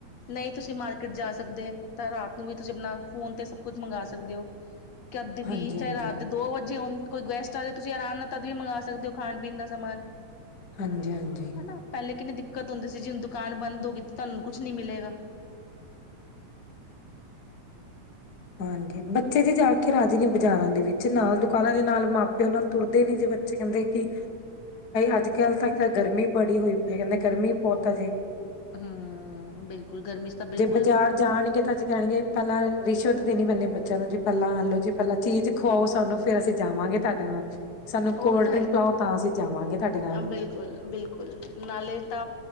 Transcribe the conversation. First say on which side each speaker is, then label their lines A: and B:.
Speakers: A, on the left; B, on the left.
A: ਨਹੀਂ ਤੁਸੀਂ ਮਾਰਕੀਟ ਜਾ ਸਕਦੇ ਤਾਂ ਰਾਤ ਨੂੰ ਵੀ ਤੁਸੀਂ ਆਪਣਾ ਫੋਨ ਤੇ ਸਭ ਕੁਛ ਮੰਗਵਾ ਸਕਦੇ ਹੋ। ਕਦ ਵੀ
B: ਹਾਂਜੀ ਹਾਂਜੀ
A: ਚਾਹੇ ਰਾਤ ਦੇ ਦੋ ਵਜੇ ਹੋਣ ਕੋਈ ਗੈਸਟ ਆਵੇ ਤੁਸੀਂ ਆਰਾਮ ਨਾਲ ਤਦ ਵੀ ਮੰਗਵਾ ਸਕਦੇ ਹੋ ਖਾਣ ਪੀਣ ਦਾ ਸਮਾਨ,
B: ਹਾਂਜੀ-ਹਾਂਜੀ,
A: ਹਨਾ ਪਹਿਲੇ ਕਿੰਨੀ ਦਿੱਕਤ ਹੁੰਦੀ ਸੀ ਜੀ ਦੁਕਾਨ ਬੰਦ ਹੋ ਗਈ ਤਾਂ ਤੁਹਾਨੂੰ ਕੁੱਛ ਨੀ ਮਿਲੇਗਾ।
B: ਹਾਂਜੀ ਬੱਚੇ ਜੀ ਜਾ ਕੇ ਰਾਜੀ ਨੇ ਬਾਜ਼ਾਰਾਂ ਦੇ ਵਿੱਚ ਨਾਲ ਦੁਕਾਨਾਂ ਦੇ ਨਾਲ ਮਾਪਿਓ ਨਾਲ ਤੁਰਦੇ ਨੀ ਜੇ ਬੱਚੇ ਕਹਿੰਦੇ ਕਿ, ਅੱਜ-ਕੱਲ੍ਹ ਤਾਂ ਗਰਮੀ ਬੜੀ ਹੋਈ ਪਈ ਹੈ ਕਹਿੰਦੇ ਗਰਮੀ ਬਹੁਤ ਆ ਜੀ,
A: ਹੂੰ ਬਿਲਕੁਲ ਗਰਮੀ 'ਚ ਤਾਂ ਬਿਲਕੁਲ
B: ਜੇ ਬਾਜ਼ਾਰ ਜਾਣਗੇ ਤਾਂ ਜੇ ਕਹਿਣਗੇ ਪਹਿਲਾਂ ਰਿਸ਼ਵਤ ਦੇ ਨੀ ਪੈਂਦੇ ਬੱਚਿਆਂ ਨੂੰ ਜੀ ਪਹਿਲਾਂ ਆਲੋ ਜੀ ਪਹਿਲਾਂ ਚੀਜ਼ ਖੁਵਾਓ ਸਾਨੂੰ ਫੇਰ ਅਸੀਂ ਜਾਵਾਂਗੇ ਤੁਹਾਡੇ ਨਾਲ ਸਾਨੂੰ
A: ਉਹ
B: ਕੋਲਡ
A: ਤਾਂ
B: ਡਰਿੰਕ
A: ਹੈ
B: ਪਾਓ ਤਾਂ ਅਸੀਂ ਜਾਵਾਂਗੇ। ਤੁਹਾਡੇ ਨਾਲ
A: ਬਿਲਕੁਲ-ਬਿਲਕੁਲ ਨਾਲੇ ਤਾਂ